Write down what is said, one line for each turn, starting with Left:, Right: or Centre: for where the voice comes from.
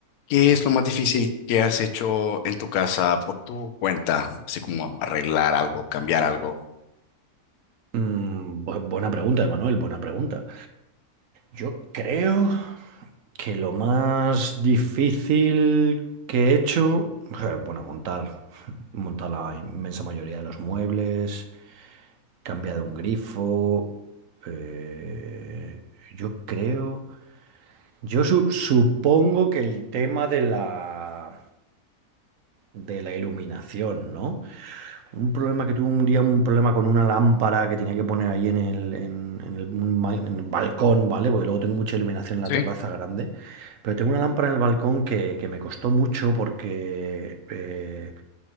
Left: ¿Qué es lo más difícil que has hecho en tu casa por tu cuenta? Así como arreglar algo, cambiar algo.
Right: Mm, bu- buena pregunta, Emanuel, buena pregunta. Yo creo que lo más difícil que he hecho, eh, bueno, montar, <laughs> montar la inmensa mayoría de los muebles, cambiar un grifo. eh, yo creo, yo su- supongo que el tema de la de la iluminación, ¿no? Un problema que tuve un día, un problema con una lámpara que tenía que poner ahí en el, en, en el, un ba- en el balcón, ¿vale? Porque luego tengo mucha iluminación en
Left: Sí.
Right: la terraza grande. Pero tengo una lámpara en el balcón que, que me costó mucho porque eh,